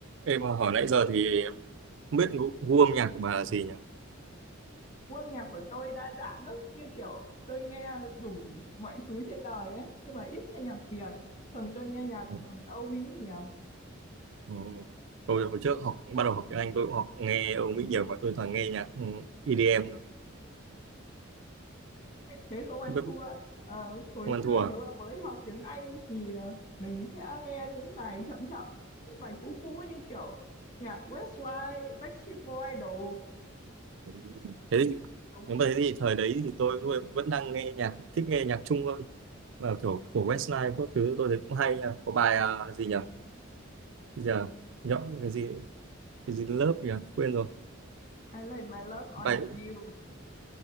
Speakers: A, on the right; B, on the left.
A: Em hỏi nãy giờ thì không biết gu, gu âm nhạc của bà là gì nhỉ?
B: gu âm nhạc của tôi đa dạng lắm như kiểu tôi nghe đủ mọi thứ trên đời ấy nhưng mà ít nghe nhạc Việt thường tôi nghe nhạc
A: Ừ.
B: ừ, Âu Mỹ nhiều
A: ừ. Tôi hồi trước học bắt đầu học tiếng Anh tôi cũng học nghe Âu Mỹ nhiều và tôi toàn nghe nhạc ừ, EDM thôi.
B: thế không ăn
A: Không biết
B: thua Ờ, hồi
A: không ăn
B: xưa
A: thua à?
B: nếu mà mới học tiếng Anh thì ờ, mình sẽ nghe những bài chậm chậm những bài cũ cũ như kiểu nhạc Westlife Backstreet Boy đồ
A: Ừ. Thế thì,
B: đúng
A: nếu mà thế thì thời đấy thì tôi luôn- vẫn đang nghe nhạc thích nghe nhạc Trung hơn và kiểu của Westlife các thứ tôi thấy cũng hay nha. Có bài à, gì nhỉ? Bây giờ nhõng cái gì cái gì lớp nhỉ? Quên rồi.
B: I lay my love on
A: Bài tôi
B: you